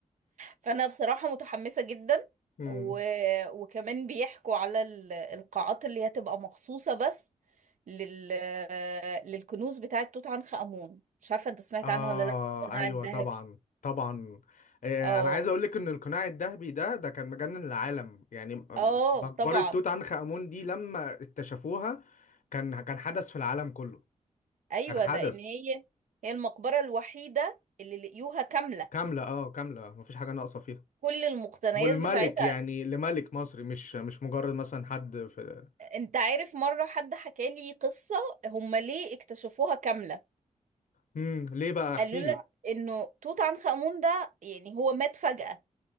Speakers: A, on the right (about 70°); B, on the left (about 75°).
A: فانا بصراحة متحمسة جدا
B: مم.
A: و... وكمان بيحكوا على ال- القاعات اللي هتبقى مخصوصة بس لل... للكنوز بتاعة توت عنخ آمون مش عارفة انت سمعت
B: آه
A: عنها ولا لا القناع
B: أيوه
A: الذهبي
B: طبعا طبعا آه
A: اه
B: أنا عايز أقول لك إن القناع الذهبي ده ده كان مجنن العالم يعني م-
A: اه
B: مقبرة
A: طبعا
B: توت عنخ آمون دي لما اكتشفوها كان كان حدث في العالم كله
A: ايوه
B: كان حدث
A: لان هي هي المقبرة الوحيدة اللي لقيوها كاملة
B: كاملة أه كاملة مفيش حاجة ناقصة فيها
A: كل المقتنيات
B: والملك
A: بتاعتها
B: يعني لملك مصري مش مش مجرد مثلا حد في
A: انت عارف مرة حد حكى لي قصة هم ليه اكتشفوها كاملة
B: مم. ليه بقى احكي
A: قالوا لك
B: لي
A: انه توت عنخ آمون ده يعني هو مات فجأة